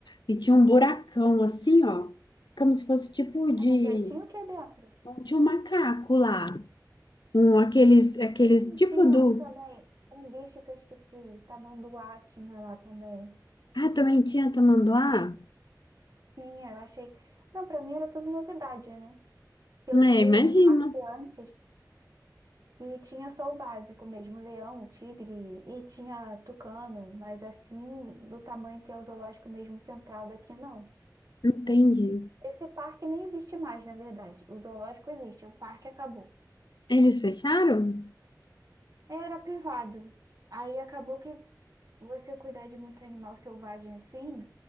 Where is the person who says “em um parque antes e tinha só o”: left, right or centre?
Right